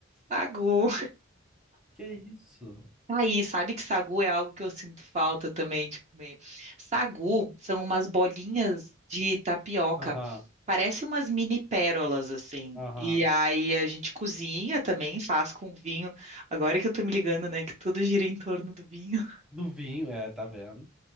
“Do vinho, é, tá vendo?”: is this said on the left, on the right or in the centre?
Centre